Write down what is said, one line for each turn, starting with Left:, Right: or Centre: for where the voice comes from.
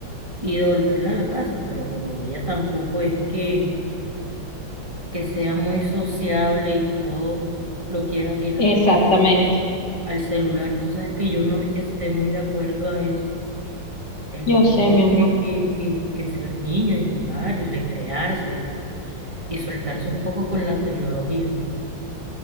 Right: y devolverla a la casa, pero como ella tampoco es que, que sea muy sociable y todo lo quiera tirar
Left: Exactamente,
Right: al celular, tú sabes que yo no es que esté muy de acuerdo a eso. El
Left: yo
Right: niño
Left: sé,
Right: tiene
Left: mi amor.
Right: que, que, que, que ser niño y jugar y recrearse y soltarse un poco con la tecnología.